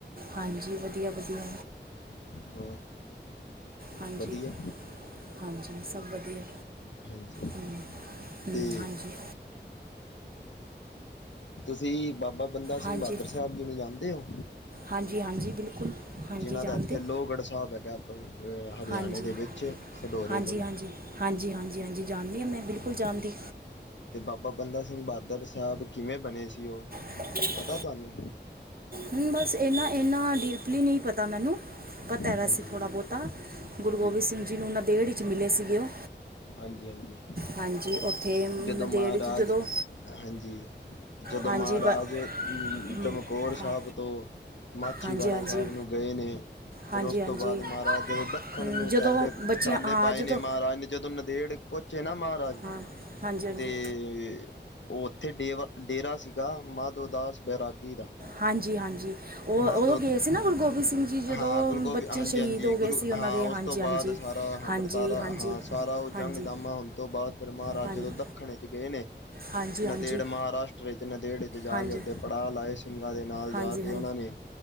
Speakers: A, on the right; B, on the left.
A: ਹਾਂਜੀ ਵਧੀਆ- ਵਧੀਆ।
B: ਹੋਰ
A: ਹਾਂਜੀ
B: ਵਧੀਆ
A: ਹਾਂਜੀ। ਸਭ ਵਧੀਆ।
B: ਹਾਂਜੀ
A: ਹੂੰ ਹੂੰ
B: ਤੇ
A: ਹਾਂਜੀ।
B: ਤੁਸੀ ਬਾਬਾ ਬੰਦਾ ਸਿੰਘ
A: ਹਾਂਜੀ
B: ਬਾਦਰ ਸਾਹਿਬ ਜੀ ਨੂੰ ਜਾਨਦੇ ਓ?
A: ਹਾਂਜੀ -ਹਾਂਜੀ ਬਿਲਕੁਲ। ਹਾਂਜੀ
B: ਜਿਨ੍ਹਾਂ
A: ਜਾਣਦੇ
B: ਦਾ ਏਥੇ ਲੋਹਗੜ੍ਹ ਸਾਬ ਹੈਗਾ ਐ ਅਪ ਅ ਹਰਿਆਣੇ
A: ਹਾਂਜੀ
B: ਦੇ ਵਿੱਚ ਸਡੋਰੇ
A: ਹਾਂਜੀ
B: ਕੋਲ
A: ਹਾਂਜੀ ਹਾਂਜੀ -ਹਾਂਜੀ -ਹਾਂਜੀ ਜਾਨਨੀ ਆਂ ਮੈਂ ਬਿਲਕੁਲ ਜਾਨਦੀ
B: ਤੇ ਬਾਬਾ ਬੰਦਾ ਸਿੰਘ ਬਾਦਰ ਸਾਹਬ ਕਿਵੇਂ ਬਣੇ ਸੀ ਓ?
A: <unintelligible>
B: ਪਤਾ ਤੁਆਨੂੰ?
A: ਹੂੰ, ਬਸ ਏਨਾ ਏਨਾ ਡੀਪਲੀ ਨੀ ਪਤਾ ਮੈਨੂੰ। ਪਤਾ
B: ਹਾਂਜੀ
A: ਐ ਵੈਸੇ ਥੋੜ੍ਹਾ ਬੋਤਾ
B: ਹਾਂਜੀ
A: ਗੁਰੂ ਗੋਬਿੰਦ ਸਿੰਘ ਜੀ ਨੂੰ ਨੰਦੇੜ ਚ ਮਿਲੇ ਸੀਗੇ ਓ।
B: ਹਾਂਜੀ ਹਾਂਜੀ
A: ਹਾਂਜੀ, ਓਥੇ ਨੰਦੇੜ
B: ਜਦੋਂ ਮਹਾਰਾਜ
A: ਚ ਜਦੋਂ
B: ਹਾਂਜੀ, ਜਦੋਂ
A: ਹਾਂਜੀ
B: ਮਹਾਰਾਜ
A: ਬ- ਹਮ,
B: ਚਮਕੌਰ ਸਾਬ
A: ਹਾਂ
B: ਤੋਂ ਮਾਛੀਵਾੜਾ
A: ਹਾਂਜੀ ਹਾਂਜੀ
B: ਸਾਬ ਨੂੰ ਗਏ ਨੇ ਫੈਰ
A: ਹਾਂਜੀ
B: ਓਸ
A: ਹਾਂਜੀ
B: ਤੋਂ ਬਾਦ ਮਹਾਰਾਜ ਜਦੋਂ ਦੱਖਣ
A: ਹਮ,
B: ਨੂੰ
A: ਜਦੋਂ
B: ਚਾਲੇ
A: ਬੱਚਿਆਂ
B: ਚਾਲੇ
A: ਹਾਂ
B: ਪਾਏ
A: ਜਦੋਂ
B: ਨੇ ਮਹਾਰਾਜ ਨੇ ਜਦੋਂ ਨੰਦੇੜ ਪੋਚੇ ਨਾ ਮਹਾਰਾਜ
A: ਹਾਂ ਹਾਂਜੀ ਹਾਂਜੀ
B: ਤੇ ਓਥੇ ਡੇਵਾ ਡੇਰਾ ਸੀਗਾ ਮਾਧੋ ਦਾਸ ਬੈਰਾਗੀ ਦਾ
A: ਹਾਂਜੀ -ਹਾਂਜੀ। ਓ
B: ਮਾਧੋ
A: ਓ ਗਏ ਸੀ ਨਾ ਗੁਰੂ ਗੋਬਿੰਦ ਸਿੰਘ ਜੀ ਜਦੋਂ
B: ਹਾਂ ਗੁਰੂ ਗੋਬਿੰਦ
A: ਬੱਚੇ
B: ਹਾਂਜੀ
A: ਸ਼ਹੀਦ
B: ਹਾਂਜੀ
A: ਹੋ
B: ਗੁਰੂ
A: ਗਏ ਸੀ ਓਨਾਂ
B: ਹਾਂ
A: ਦੇ ਹਾਂਜੀ-
B: ਉਸ ਤੋਂ ਬਾਅਦ
A: ਹਾਂਜੀ।
B: ਸਾਰਾ
A: ਹਾਂਜੀ
B: ਵਰਤਾਰਾ
A: ਹਾਂਜੀ
B: ਹਾਂ ਸਾਰਾ ਓ
A: ਹਾਂਜੀ
B: ਜੰਗ ਜਾਮਾ ਹੋਨ ਤੋਂ ਬਾਅਦ ਫੇਰ ਮਹਾਰਾਜ
A: ਹਾਂਜੀ
B: ਜਦੋਂ ਦੱਖਣ ਏਚ ਗਏ ਨੇ
A: ਹਾਂਜੀ ਹਾਂਜੀ
B: ਨੰਦੇੜ ਮਹਾਰਾਸ਼ਟਰ ਏਚ ਨੰਦੇੜ ਚ ਜਾ
A: ਹਾਂਜੀ
B: ਕੇ ਓਥੇ ਪੜਾਅ ਲਾਏ ਸਿੰਘਾਂ ਦੇ ਨਾਲ ਜਾ
A: ਹਾਂਜੀ
B: ਕੇ
A: ਹਾਂ
B: ਓਨਾਂ ਨੇ।